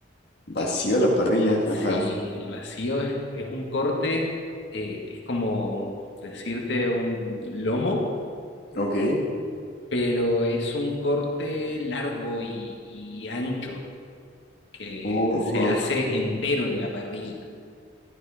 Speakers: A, on the left; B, on the left.
A: Vacío la parrilla,
B: Sí,
A: ajá.
B: el vacío es, es un corte eh, que es como decirte un lomo,
A: Ok.
B: pero es un corte largo y y ancho. que
A: Ojo.
B: se hace entero en la parrilla.